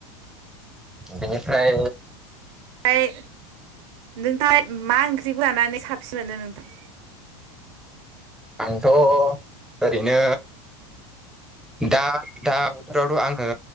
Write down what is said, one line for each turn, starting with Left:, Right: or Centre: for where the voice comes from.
Centre: बिनिफ्राय
Right: ओमफ्राय नोंथां मा ओंख्रि जानानै साबसिन मोनो नोंथां?
Centre: आंथ' ओरैनो दा दा बोथोरावथ' आङो